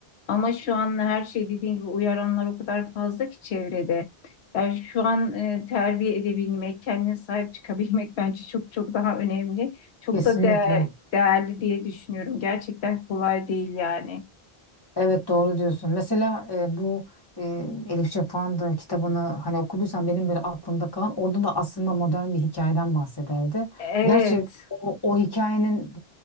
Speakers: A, on the left (about 80°); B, on the left (about 20°).
A: Ama şu an her şey dediğin gibi uyaranlar o kadar fazla ki çevrede. Yani şu an e, terbiye edebilmek, kendine sahip çıkabilmek <laughs> bence çok çok daha önemli. Çok
B: Kesinlikle.
A: da değer- değerli diye düşünüyorum. Gerçekten kolay değil yani.
B: Evet doğru diyorsun. Mesela e, bu e, Elif Şafak'ın da kitabını hani okuduysan benim böyle aklımda kalan orada da aslında modern bir hikayeden bahsederdi.
A: Evet.
B: Gerçi o, o hikayenin